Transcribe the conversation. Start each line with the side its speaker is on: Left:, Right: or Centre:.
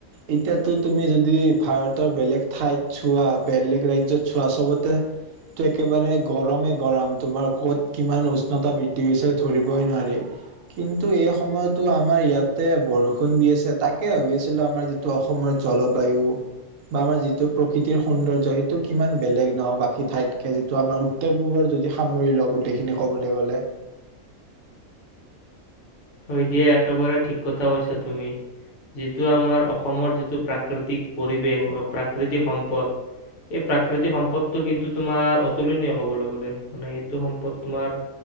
Right: এতিয়াতো তুমি যদি ভাৰতৰ বেলেগ ঠাইত চোৱা, বেলেগ ৰাজ্যত চোৱা, চবতে তো একেবাৰে গৰমে গৰম তোমাৰ ক'ত কিমান উষ্ণতা বৃদ্ধি ধি হৈছে ধৰিবই নোৱাৰি। কিন্তু এই সময়তো আমাৰ ইয়াতে বৰষুণ দি আছে তাকে ভাবি আছিলো আমাৰ যিটো অসমৰ জলবায়ু, বা আমাৰ যিটো প্ৰকৃতিৰ সৌন্দৰ্য্য সেইটো কিমান বেলেগ নহ বাকী ঠাইতকে যিটো আমাৰ উত্তৰ পূবৰ যদি সামৰি লওঁ গোটেইখিনি ক'বলে গ'লে
Left: হয় দিয়া একেবাৰে ঠিক কথা কৈছা তুমি। যিটো আমাৰ অসমৰ যিটো প্ৰাকৃতিক পৰিৱেশ বা প্ৰাকৃতিক সম্পদ, এই প্ৰাকৃতিক সম্পদটো কিন্তু তোমাৰ অতুলনীয় কবলৈ গলে, মানে এইটো সম্পদ তোমাৰ